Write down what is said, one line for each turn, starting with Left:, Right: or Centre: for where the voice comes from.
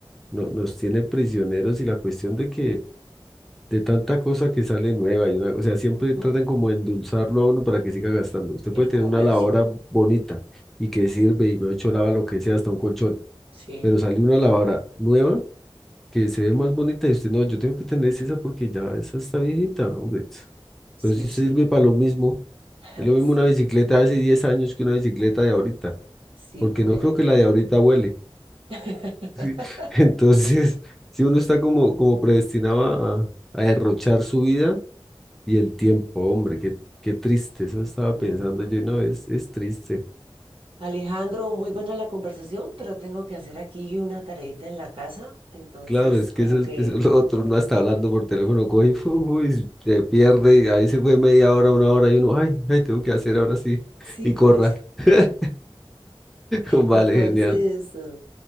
Centre: no, nos tiene prisioneros y la cuestión de que de tanta cosa que sale nueva y una, o sea, siempre
Right: Ujú.
Centre: tratan como de endulzarlo a uno para que siga gastando. Usted
Right: El
Centre: puede tener
Right: comercio.
Centre: una lavadora bonita y que sirve y me ha hecho lava lo que sea, hasta un colchón,
Right: Sí,
Centre: pero sale una lavadora nueva que se ve más bonita y usted no, yo tengo que tener esa porque ya esa está viejita, hombre.
Right: sí,
Centre: Pero si
Right: sí.
Centre: sirve para lo mismo,
Right: <laughs>
Centre: es lo mismo
Right: Sí,
Centre: una bicicleta de hace 10 años que una bicicleta de ahorita,
Right: sí,
Centre: porque
Right: correcto.
Centre: no creo que la de ahorita huele.
Right: <laughs>
Centre: ¿sí? <laughs> Entonces, si uno está como, como predestinado a a derrochar su vida, Y el tiempo, hombre, qué, qué triste, eso estaba
Right: Ujú.
Centre: pensando yo, no, es, es triste.
Right: Alejandro, muy buena la conversación, pero tengo que hacer aquí una tareita en la casa, entonces
Centre: Claro, es que
Right: como
Centre: eso, es
Right: que
Centre: eso es lo otro, uno está hablando por teléfono, coge y, fu- fu, y se pierde, y ahí se fue media hora, una hora, y uno, ay, ay, tengo que hacer ahora sí,
Right: sí,
Centre: y
Right: por
Centre: corra.
Right: eso.
Centre: <laughs> Vale,
Right: Entonces,
Centre: genial.
Right: eh,